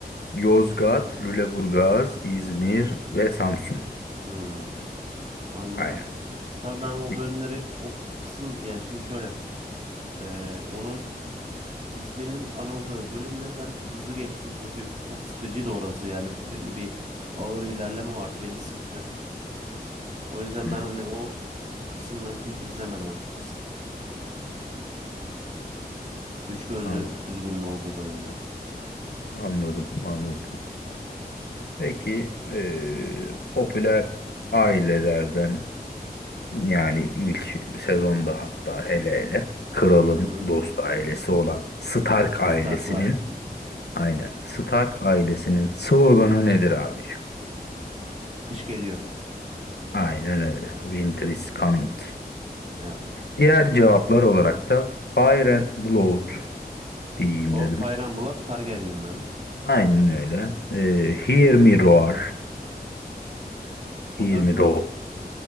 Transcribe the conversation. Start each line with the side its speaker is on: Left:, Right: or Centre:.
Left: Yozgat, Lüleburgaz, İzmir ve Samsun.
Right: Hmm, anladım.
Left: Aynen.
Right: Tabii ben o
Left: Hı
Right: bölümleri o kısım yani şimdi şöyle e, onun isminin anıldığı bölümleri ben hızlı geçtim çünkü çok sıkıcıydı orası yani sürekli bir ağır ilerleme vardı beni sıktı. O yüzden
Left: hı.
Right: ben hani o kısımları pek izlemedim açıkçası. Üç gözlü
Left: Anladım,
Right: kuzgunun olduğu bölümleri.
Left: anladım, anladım. Peki eee, popüler ailelerden yani ilk sezonda hatta hele hele kralın
Right: Hı hı.
Left: dost ailesi olan Stark ailesinin
Right: Starklar.
Left: aynen Stark ailesinin sloganı nedir abiciğim?
Right: Kış geliyor.
Left: Aynen öyle. Winter is coming.
Right: Evet.
Left: Diğer cevaplar olarak da Fire and Blood diyeyim
Right: O
Left: dedim.
Right: Fire and Blood Targaryen'ların.
Left: Aynen öyle. Eee Hear Me Roar. Hear
Right: O da
Left: Me Roar.